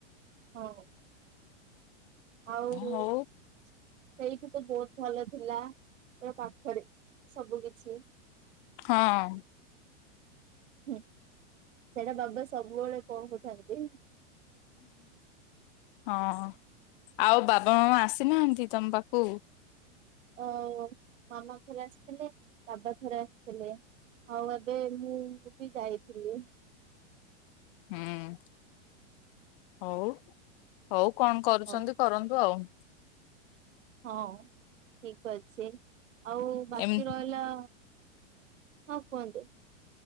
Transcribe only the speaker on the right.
ହଉ। ଆଉ
ସେଇଠୁତ ବହୁତ୍ ଭଲ ଥିଲା ଏବେ ପାଖରେ ସବୁ କିଛି
ହୁଁ ସେଟା ବାବା ସବୁବେଳେ କହୁଥାନ୍ତି।
ଓ ମାମା ଥରେ ଆସିଥିଲେ ବାବା ଥରେ ଆସିଥିଲେ। ଆଉ ବୋଧେ ମୁଁବି ଯାଇଥିଲି।
ହଁ
ହଁ ଠିକ୍ ଅଛି ଆଉ ବାକି
ରହିଲା ହଁ କୁହନ୍ତୁ।